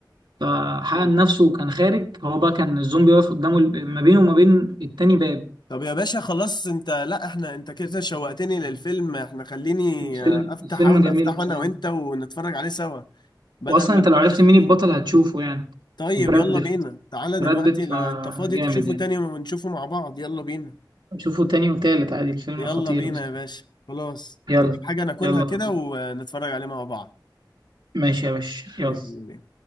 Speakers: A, on the right; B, on the left.
A: فحقن
B: آه.
A: نفسه وكان خارج هو بقى كان الزومبي واقف قدامه الب- ما بينه وما بين التاني باب
B: طب يا باشا خلاص انت لا احنا انت كده شوقتني للفيلم احنا خليني
A: الفيلم
B: آه، افتح
A: الفيلم
B: احاول
A: جميل
B: افتحه
A: بصراحة
B: انا وانت ونتفرج عليه سوا بدل
A: وأصلا
B: ما
A: أنت
B: انت
A: لو عرفت
B: بتحكي
A: مين البطل
B: لي
A: هتشوفه يعني
B: طيب
A: براد
B: يلا
A: بيت
B: بينا تعالى
A: براد
B: دلوقتي
A: بيت
B: لو
A: آه،
B: انت فاضي
A: جامد
B: تشوفه
A: يعني
B: تاني ونشوفه مع بعض يلا بينا
A: شوفوا تاني وتالت عادي الفيلم
B: يلا
A: خطير
B: بينا يا باشا خلاص
A: يلا
B: هجيب حاجة ناكلها
A: يلا
B: كده ونتفرج عليه مع بعض
A: ماشي يا باشا
B: يلا
A: يلا
B: بينا